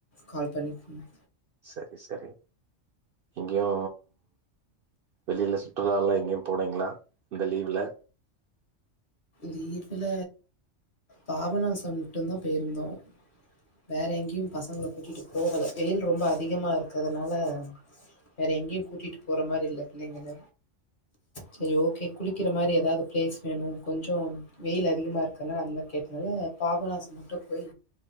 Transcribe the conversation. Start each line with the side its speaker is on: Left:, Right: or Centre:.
Left: கால் பண்ணி ம்
Right: சரி சரி எங்கயு வெளியில சுற்றுலால்லா எங்கயு போனீங்களா இந்த லீவுல?
Left: லீவுல பாபநாசம் மட்டும்தா போயிருந்தோ. வேற எங்கயு பசங்கள கூட்டிட்டு போகல. வெயில் ரொம்ப அதிகமா இருக்குறதுனால வேற எங்கயு கூட்டிட்டு போற மாரி இல்ல பிள்ளைங்கள. செரி ஓகே குளிக்கிற மாரி ஏதாவது பிளேஸ் வேணு கொஞ்சோ வெயில் அதிகமா இருக்கனால அந்த மாரி கேட்டனால பாபநாசோ மட்டு போய்